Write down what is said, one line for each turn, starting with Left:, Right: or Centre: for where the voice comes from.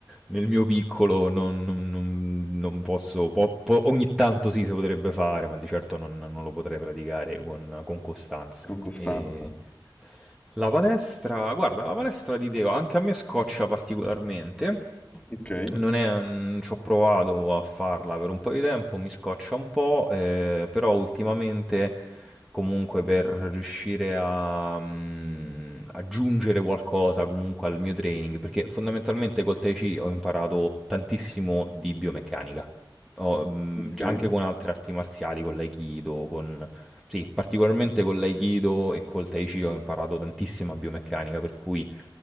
Centre: nel mio piccolo non non non non posso po po ogni tanto sì, si potrebbe fare, ma di certo non non lo potrei praticare con con costanza.
Left: Con costanza.
Centre: Ehm la palestra, guarda, la palestra di Deo anche a me scoccia particolarmente.
Left: Ok,
Centre: Non è, un- ci ho provato a farla per un po' di tempo, mi scoccia un po', eh, però ultimamente comunque per riuscire a mm, aggiungere qualcosa comunque al mio training, perché fondamentalmente col Tai Chi ho imparato tantissimo di biomeccanica, Ho, mm,
Left: ok.
Centre: anche con altre arti marziali, con l'Aikido, con sì, particolarmente con l'Aikido e col Tai Chi ho imparato tantissima biomeccanica, per cui